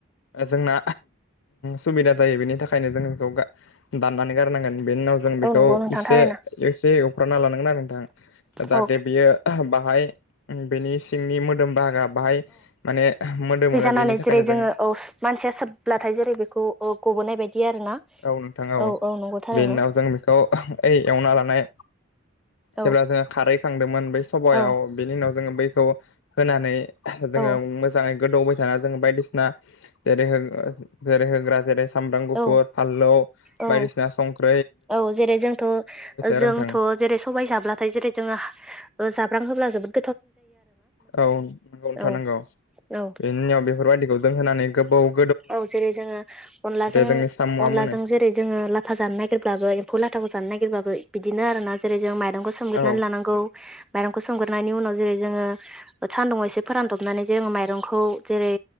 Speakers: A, on the left; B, in the centre.
A: ओ जोंना। सुबिदा जायो बेनि थाखायनो जों बेखौ गा दाननानै गारनांगोन। बेनि उनाव जों बेखौ
B: औ नंगौ नोंथां
A: एसे
B: थारैनो
A: एसे एवफ्रानना लानांगोन आरो नोंथां जाहाथे
B: औ
A: बियो ब। ओमफाय बेनि सिंनि मोदोम बाहागोआ बाहाय माने मोदोमो।
B: होननानै
A: बेनि थाखायनो
B: जेरै जोङो
A: जों
B: औ मानसिया सोबब्लाथाय जेरै बेखौ अ गबोनाय बायदि आरो ना
A: औ नोंथां
B: औ।
A: बेनि
B: औ नंगौ थारैनो
A: उनाव जों बेखौ ओइ एवना लानाय
B: औ
A: जेब्ला जोङो खारै। थांदोंमोन बै सभायाव
B: औ
A: बेनि उनाव जोङो बैखौ होनानै जोङो
B: औ
A: मोजाङै गोदौ हो। ओ जों बायदिसिना जेरै जेरै होग्रा जेरै। सामब्राम गुफुर
B: औ
A: फानलौ
B: औ
A: बायदिसिना संख्रि।
B: औ जेरै जोंथ'
A: आरो
B: जोंथ'
A: नोंथां
B: जेरै सबाय जाब्लाथाय जेरै जोङो ओ जाब्रां होब्ला जोबो।
A: औ नंगौ नोंथां
B: औ
A: नंगौ
B: औ
A: बेनि उनाव बेफोरबायदिखौ दोनथनानै गोबाव।
B: औ जेरै जोङो अनलाजों
A: जोंनि साम'आ
B: अनलाजों
A: मोनो
B: जेरै जोङो लाथा जानो नागिरब्लाबो एम्फौ लाथाखौ। जानो नागिरबाबो बिदिनो आरो ना जेरै जों माइरंखौ सोमग्रोनानै
A: औ
B: लानांगौ। माइरंखौ सोमग्रोनायनि उनाव जेरै जोङो सानदुंङाव एसे फोरानदबनानै जोङो माइरंखौ जेरै।